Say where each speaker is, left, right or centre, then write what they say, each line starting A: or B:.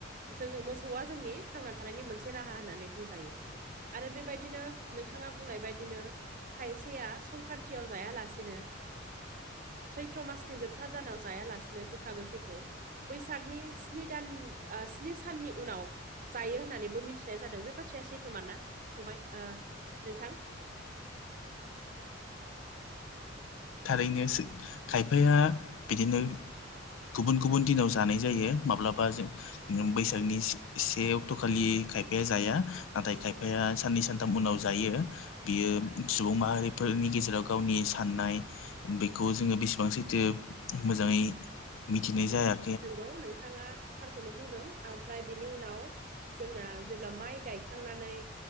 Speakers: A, on the right; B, on the left.
A: जोङो मोसौआ जोंनि थांना थानायनि मोनसे राहा होननानै बुंजायो आरो बेबायदिनो नोंथाङा बुंनाय बायदिनो खायसेया संक्रान्तियाव जायालासेनो सैथ्र' मासनि जोबथा दानाव जायालासिनो गोखा गोखैखौ बैसागनि स्नि दान स्नि साननि उनाव जायो होननानैबो मिथिनाय जादों बे बाथ्राया सैथोमार ना फंबाय ओ नोंथां
B: थारैनो सो खायफाया बिदिनो गुबुन गुबुन दिनाव जानाय जायो माब्लाबा जों न बैसागनि से अक्ट'खालि खायफाया जाया नाथाय खायफाया साननै सान उनाव जायो बियो सुबुं माहारिफोरनि गेजेराव गावनि साननाय बेखौ जोङो बेसेबां सैथो मोजाङै मिथिनाय जाया
A: नंगौ नोंथाङा थारखौनो बुंदों ओमफ्राय बिनि उनाव जोंना जेब्ला माइ गायखांनानै